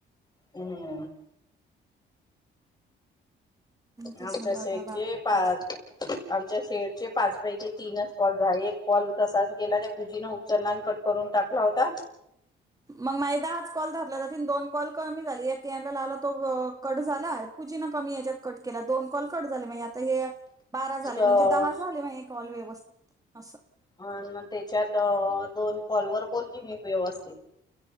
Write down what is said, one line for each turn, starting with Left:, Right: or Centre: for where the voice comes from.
Left: हम्म.
Right: तेच
Left: आमच्या
Right: म्हटलं
Left: शेठचे
Right: आता हा बारावा
Left: पाच
Right: कॉल चालू.
Left: आमच्या शेटचे पाचपैकी तीनच कॉल झाल. एक कॉल तसाच गेला. त्या पूजीन उचलला आन कट करून टाकला होता
Right: मग एकदा हाच कॉल धारला. त्यातून दोन कॉल कमी झालेत. मी आता लावला तो कट झाला. पूजीन कमी याच्यात कट केला. दोन कॉल कट झाले मग ह्यात. हे बारा झाले
Left: तर
Right: म्हणजे दहा झाले माझे कॉल व्यवस्थित. असं
Left: अ त्याच्यात दोन. कॉलवर बोलली मी वेवस्तीत.